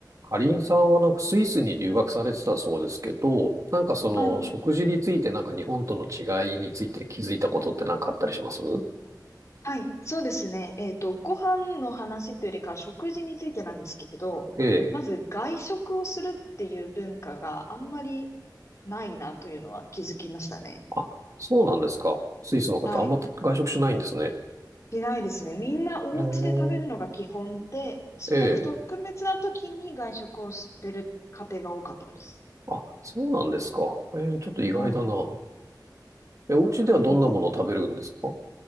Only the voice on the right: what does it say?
かりんさんはなんかスイスに留学されてたそうですけど、なんかその食事についてなんか日本との違いについて気づいたことってなんかあったりします
ええ。
あ、そうなんですか。スイスの方あんま外食しないんですね。
へ
え。ええ。あ、そうなんですか。ええ、ちょっと意外だな。
え、お家ではどんなものを食べるんですか